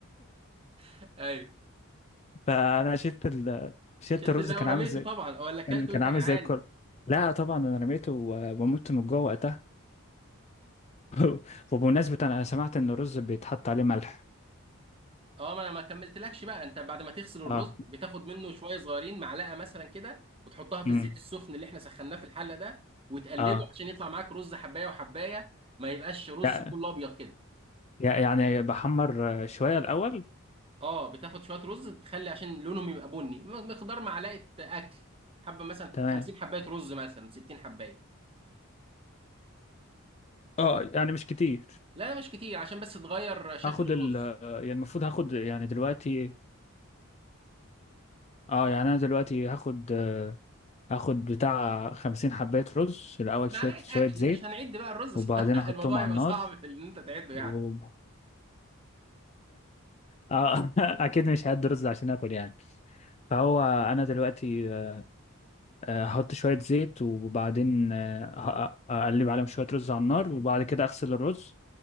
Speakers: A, on the right; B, on the left.
A: <laughs> ايوه
B: فانا شلت ال... شلت
A: شلت
B: الرز
A: الباقي
B: كان
A: ورميته
B: عامل زي
A: طبعا ولا اكلت
B: كان كان
A: وانت
B: عامل
A: جعان
B: زي الكل لا طبعا انا رميته ومت من جوه وقتها <laughs> وبمناسبه انا سمعت ان الرز بيتحط عليه ملح
A: اه ما انا ما كملتلكش بقى انت بعد ما تغسل الرز
B: اه
A: بتاخد منه شويه صغيرين معلقه مثلا كده وتحطها في
B: امم
A: الزيت السخن اللي احنا سخناه في الحله ده وتقلبه
B: اه
A: عشان يطلع معاك رز حبايه وحبايه ما يبقاش رز
B: لا
A: كله ابيض كده
B: يعني بحمر شويه الاول
A: اه بتاخد شويه رز تخلي عشان لونهم يبقى بني م- مقدار معلقه اكل حبه مثلا
B: تمام
A: 50 حبايه رز مثلا 60 حبايه
B: اه يعني مش كتير
A: لا مش كتير عشان بس تغير شكل
B: هاخد
A: الرز
B: ال يعني المفروض هاخد يعني دلوقتي اه يعني انا دلوقتي هاخد اخد بتاع خمسين حباية رز الاول
A: معلقه
B: شوية شوية
A: اكل
B: زيت
A: مش هنعد بقى الرز
B: وبعدين
A: <laughs>
B: احطهم
A: الموضوع
B: على
A: يبقى
B: النار
A: صعب في ان انت تعده
B: و...
A: يعني
B: آه <laughs> اكيد مش هعد رز عشان اكل يعني فهو انا دلوقتي آه، احط شوية زيت وبعدين آه، أ- أ- اقلب عليهم شوية رز على النار وبعد كده اغسل الرز